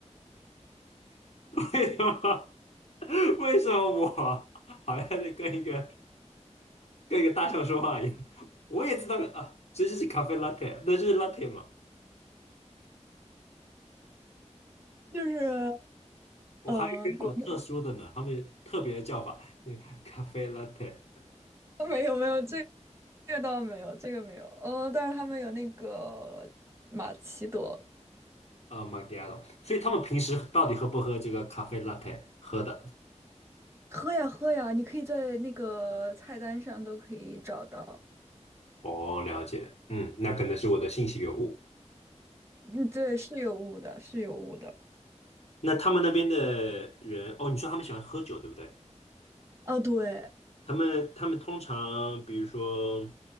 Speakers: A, on the left; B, on the right.
A: 为什么为什么我好像在跟一个跟一个大象说话一样？我也知道啊，所以这就是咖啡 latte，那就是 latte 嘛。
B: 就是
A: 我还以为是有一种特殊的呢，
B: 呃，国内
A: 他们有特别的叫法，那个咖啡 latte，
B: <laughs> 没有没有这这个倒没有，这个没有，嗯，但是他们有那个玛奇朵，
A: 呃 m a c h i a t o 所以他们平时到底喝不喝这个咖啡 latte 喝的？
B: 喝呀喝呀，你可以在那个菜单上都可以找到，
A: 哦，了解，嗯，那可能是我的信息有误。
B: 嗯，对，是有雾的，是有雾的，
A: 那他们那边的人，哦，你说他们喜欢喝酒，对不对？
B: 哦，对，
A: 他们他们通常，比如说，